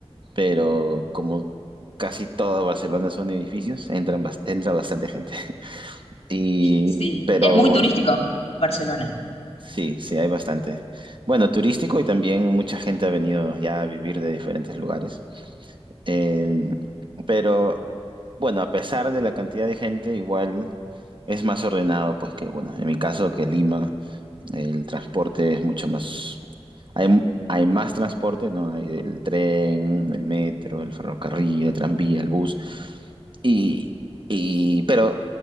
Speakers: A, on the right; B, on the left.
A: pero como casi todo Barcelona son edificios, entran, bas- entra bastante gente. <laughs> Y,
B: sí,
A: pero
B: es muy turístico Barcelona,
A: Sí, sí, hay bastante. Bueno, turístico y también mucha gente ha venido ya a vivir de diferentes lugares. Eh, pero bueno, a pesar de la cantidad de gente, igual es más ordenado, pues que, bueno, en mi caso que Lima. El transporte es mucho más... Hay, mu- hay más transporte, ¿no? Hay el tren, el metro, el ferrocarril, el tranvía, el bus. Y, y- pero,